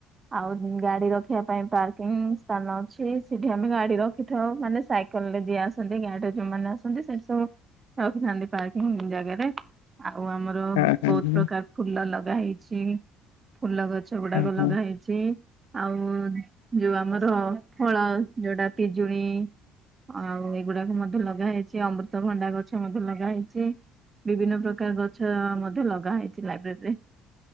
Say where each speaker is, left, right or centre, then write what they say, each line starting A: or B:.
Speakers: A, on the right; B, on the left.
A: ଆଉ ଗାଡି ରଖିବା ପାଇଁ ପାର୍କିଂ ସ୍ଥାନ ଅଛି ସେଠି ଆମେ ଗାଡି ରଖିଥାଉ ମାନେ ସାଇ ଯିଏ ଆସନ୍ତି ଗାଡିରେ ଯୋଉମାନେ ଆସନ୍ତି ସେଠି ସବୁ ରଖିଥାନ୍ତି ପାର୍କିଂ ଜାଗାରେ। ଆଉ ଆମର
B: ହଁ ହଁ
A: ବହୁତ
B: ହଁ
A: ପ୍ରକାର ଫୁଲ ଲଗା ହେଇଛି। ଫୁଲ ଗଛ ଗୁଡାକ
B: ହଁ ହଁ
A: ଲଗା ହେଇଛି। ଆଉ ଯୋଉ ଆମର ଫଳ ଯୋଉଟା ପିଜୁଳି ଆଉ ଏଇଗୁଡାକୁ ମଧ୍ୟ ଲଗା ହେେଇଛି ଅମୃତଭଣ୍ଡା ଗଛ ମଧ୍ୟ ଲଗା ହେଇଛି। ବିଭିନ୍ନ ପ୍ରକାର ଗଛ ମଧ୍ୟ ଲଗା ହେଇଛି ଲାଇବ୍ରେରୀରେ।